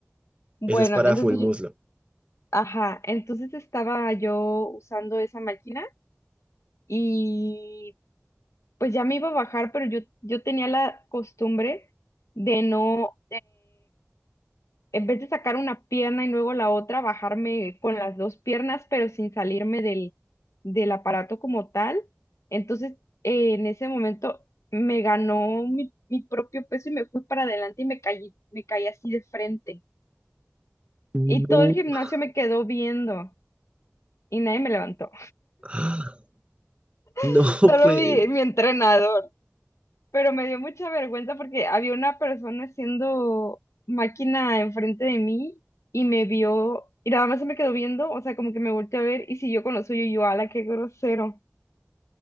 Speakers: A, on the left; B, on the right.
A: Bueno,
B: Ese es para
A: entonces
B: full muslo.
A: yo- ajá, entonces estaba yo usando esa máquina y pues ya me iba a bajar, pero yo, yo tenía la costumbre de no, en vez de sacar una pierna y luego la otra, bajarme con las dos piernas, pero sin salirme del, del aparato como tal. Entonces, eh, en ese momento me ganó mi, mi propio peso y me fui para adelante y me caí, me caí así de frente.
B: No.
A: Y todo el gimnasio
B: <laughs>
A: me quedó viendo y nadie me levantó,
B: Ah, No,
A: <laughs> solo
B: pues.
A: mi, mi entrenador. pero me dio mucha vergüenza porque había una persona haciendo máquina enfrente de mí y me vio y nada más se me quedó viendo, o sea, como que me volteó a ver y siguió con lo suyo y yo, ala, qué grosero.